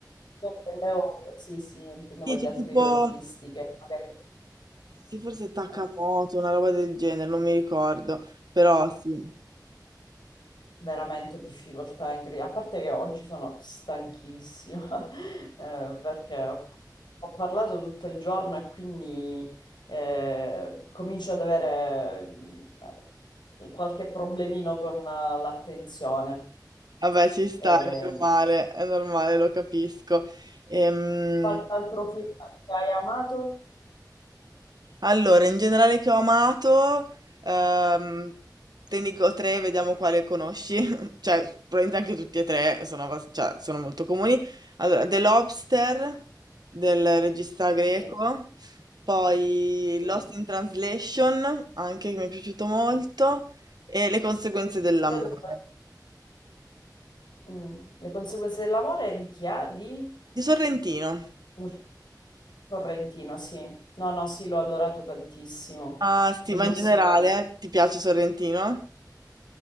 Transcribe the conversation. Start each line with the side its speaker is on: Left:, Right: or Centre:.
Left: Io intendevo- sì, sì, intendevo
Right: Sì,
Left: di
Right: c'è
Left: altri
Right: tipo,
Left: registi che magari
Right: sì, forse Takamoto,
Left: eh,
Right: una roba del genere, non mi ricordo, però sì.
Left: veramente ho difficoltà in cre- A parte che oggi sono stanchissima, <laughs> eh, perché ho ho parlato tutto il giorno e quindi eh, comincio ad avere mm, qualche problemino con eh, l'attenzione.
Right: Vabbè, ci sta,
Left: Eh,
Right: è normale, è normale, lo capisco. Ehm,
Left: Qualche altro film che hai amato?
Right: Allora, in generale che ho amato, ehm, te ne dico tre, vediamo quale conosci. <laughs> Cioè, probabilmente anche tutti e tre sono, abbast- cioè, sono molto comuni. Allora, The Lobster del regista greco,
Left: Sì,
Right: poi
Left: sì.
Right: Lost in Translation, anche che mi è piaciuto molto, e Le conseguenze dell'amore
Left: Credo che- mm, Le conseguenze dell'amore di chi ha? Di
Right: di Sorrentino.
Left: Muccio Sorrentino, sì. No, no, sì, l'ho adorato tantissimo.
Right: Ah,
Left: Bellissimo.
Right: sì, ma in generale, eh, ti piace Sorrentino?